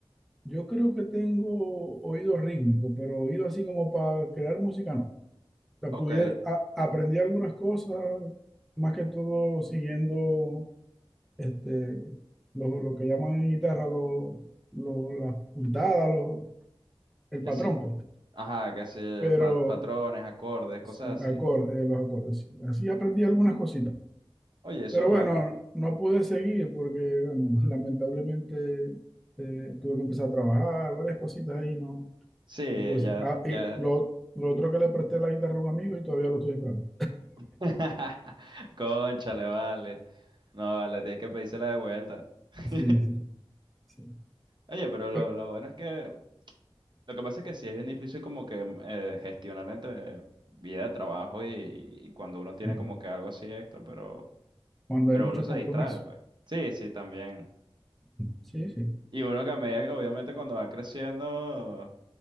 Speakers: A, in the centre; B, on the right (about 50°).
A: yo creo que tengo oído rítmico, pero oído así como para crear música, no. O sea,
B: Ok,
A: pudiera, a- aprendí algunas cosas, más que todo siguiendo este, lo, lo que llaman en guitarra lo, lo- las puntadas, lo- el
B: que
A: patrón,
B: sí.
A: pues.
B: Ajá, que sí,
A: Pero
B: pa- patrones, acordes, cosas
A: sí,
B: así.
A: acorde, eh, los acordes. sí. Así aprendí algunas cositas.
B: Oye, eso
A: Pero
B: es bueno.
A: bueno, no pude seguir porque, bueno, <laughs> lamentablemente eh, tuve que empezar a trabajar, varias cositas ahí, no,
B: Sí,
A: no pude
B: ya,
A: seguir. Ah,
B: ya.
A: y lo, lo otro que le presté la guitarra a un amigo y todavía lo estoy esperando.
B: <laughs> Cónchale, vale. No, vale, tienes que pedírsela de vuelta. <laughs>
A: Sí, sí, sí.
B: Oye, pero lo,
A: Eh,
B: lo bueno es que lo que pasa es que sí es bien difícil como que mm, eh, gestionar entre vida de trabajo y, y cuando uno tiene
A: sí.
B: como que algo así extra, pero,
A: Cuando
B: pero
A: hay muchos
B: uno se
A: compromisos.
B: distrae, pues. Sí, sí, también.
A: Sí, sí,
B: Y uno que a medida que obviamente cuando va creciendo,